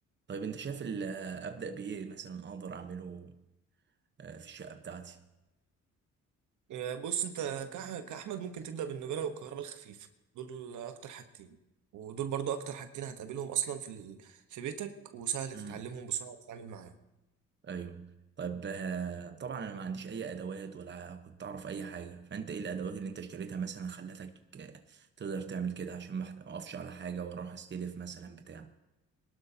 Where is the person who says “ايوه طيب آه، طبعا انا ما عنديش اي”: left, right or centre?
Right